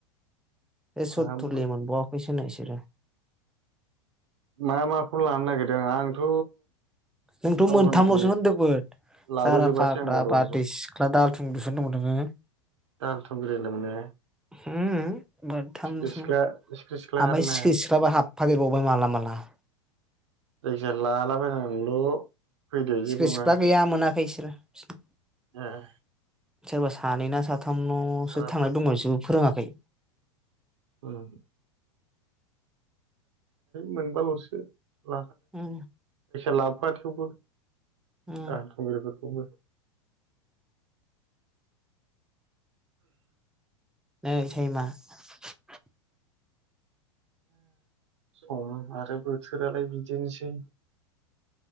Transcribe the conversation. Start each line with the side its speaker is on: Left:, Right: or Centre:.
Centre: बे सथथुलि
Right: हाब
Centre: मोनबावाखैसोनो बिसोरो
Right: मा माखौ लानो नागिरदों आंथ'।
Centre: नोंथ'
Right: आवगायनायखौ
Centre: मोनथामलसो होनदोंमोन
Right: लाबोजोबासै
Centre: जारा फाग्ला,
Right: आं आवदावनायखौ
Centre: बारदै सिख्ला, दाहाल थुंग्रिसो होनदोंमोन नोङो
Right: दाहाल थुंग्रि लोंनो
Centre: होम मोनथामलसोमोन
Right: सिख्रि सिख्ला सिख्रि सिख्ला
Centre: ओमफ्राय
Right: हारनो
Centre: सिख्रि सिख्लाबो हाब <unintelligible>
Right: जायखिजाया लालाबायनानैल फैदो जेबो
Centre: सिख्रि
Right: नङा
Centre: सिख्ला गैया मोनाखै <unintelligible>
Right: <inaudible>
Centre: सोरबा सानैना सा साथाम नसो
Right: फाग्ला
Centre: थांनाय दंमोन बिसोरबो फोरोङाखै
Right: ओं मोनबालसो <inaudible>
Centre: उम
Right: लाबोफा थेवबो।
Centre: उम
Right: दाहाल थुग्रिफोर <inaudible>
Centre: <unintelligible>
Right: सम आरो बोथोरालाय बिदिनोसै